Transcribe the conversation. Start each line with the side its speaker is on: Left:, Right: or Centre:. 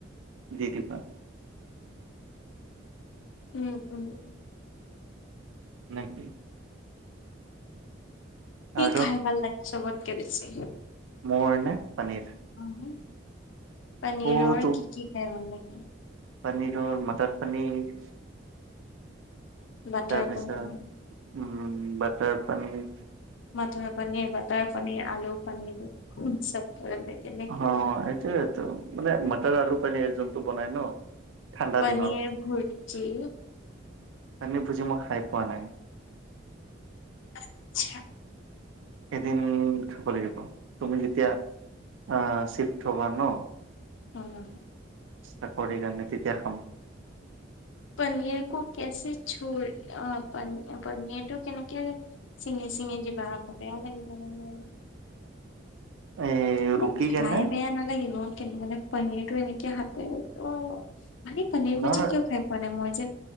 Right: দি দিবা
Left: উম উম
Right: নেকি।
Left: কি
Right: আৰু
Left: খাই ভাল লাগে চবত কে বেছি?
Right: মোৰ নে পনীৰ।
Left: <unintelligible> পনীৰৰ
Right: অ তো
Left: কি- কি খায় ভাল লাগে?
Right: পনীৰৰ মটৰ - পনীৰ
Left: বাটাৰ
Right: তাৰপিছত
Left: পনীৰ
Right: উম, butter paneer.
Left: Butter paneer - butter paneer আলু পনীৰতো চব <unintelligible> কেনেক
Right: অ এইটোয়েতো <unintelligible> আলু পনীৰ জোনটো বনাই ন'? ঠাণ্ডা
Left: পনীৰ
Right: দিনত
Left: ভুৰ্জি,
Right: পনীৰ ভূৰ্জি মই খাই পোৱা নাই।
Left: আচ্ছা।
Right: এদিন খাব লাগিব তুমি যেতিয়া আ', শিফট হ'ব ন'?
Left: উম
Right: চাকৰিৰ কাৰণে তেতিয়া খাম।
Left: পনীৰ'ক কেচে চোৰ অহ পনীৰটো কেনেক চিঙে চিঙি দিবা আক বেয়া লাগিব নহয়।
Right: <inaudible> এই
Left: এনে
Right: ৰুকি
Left: খাই
Right: কেনে
Left: বেয়া নালাগিব কিন্তু মানে পনীৰটো এনেকে হাতে অ মানে পনীৰ
Right: নহয়
Left: ভূৰ্জী
Right: নহয়
Left: কিয় খাই পোৱা নাই মই যে